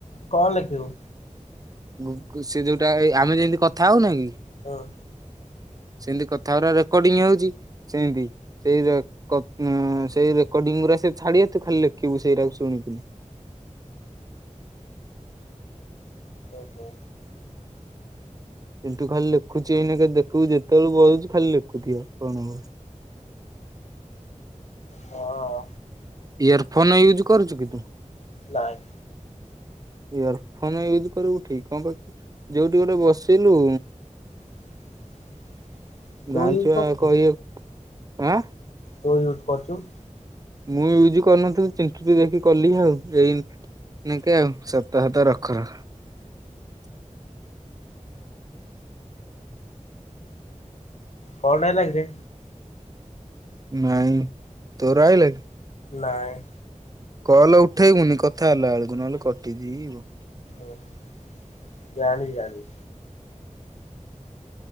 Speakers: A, on the left; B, on the right.
A: କଣ ଲେଖିବୁ।
B: ଗୁ ଗୁ ସେ ଯୋଉଟା ଏଇ ଆମେ ଯେମିତି କଥା ହଉନା କି।
A: ହଁ।
B: ସେଁତି କଥା ଗୁରା ରେକର୍ଡିଂ ହଉଛି ସେଁତି। ସେଇ ରେ କ ଉଁ ସେଇ ରେକର୍ଡିଙ୍ଗ ଗୁରା ସେ ଛାଡି ବେ ତୁ ଖାଲି ଲେଖିବୁ ସେଇରା କୁ ଶୁଣିକିନି।
A: ଓ ହୋ।
B: କିନ୍ତୁ ଖାଲି ଲେଖୁଛି ଏଇନା କେ ଦେଖୁ ଯେତେବେଳ ବଢୁଛି ଖାଲି ଲେଖୁଥିବ କଣମରେ।
A: ହଁ।
B: ଇୟର ଫୋନ ୟୁଜ୍ କରୁ କି ତୁ?
A: ନାଇ।
B: ଇୟର ଫୋନ ୟୁଜ୍ କରିବୁ ଠିକ୍, କଣ ପା ଯୋଉଠି ଗୋଟେ ବସିଲୁ
A: <inaudible> ତୁ
B: ଗାଛୁଆ
A: ୟୁଜ୍ କରୁଛୁ କି?
B: କଇଏ ଆଁ
A: ତୁ ୟୁଜ କରୁଛୁ।
B: ମୁଁ ୟୁଜ କରିନଥିଲ <unintelligible> ଦେଖି କଲି ଆଉ <unintelligible> ନାଙ୍କେ ଆଉ <unintelligible>
A: କଣ ହେଲା <unintelligible>
B: ନାଇଁ ତୋ ରହିଲ କି।
A: ନାଇଁ।
B: କହଲ ଉଠେଇବୁନି କଥା ହେଲା ବେଳକୁ ନହେଲେ କଟିଦିଯିବ।
A: ଓ ହ ଜାଣି ଜଣି।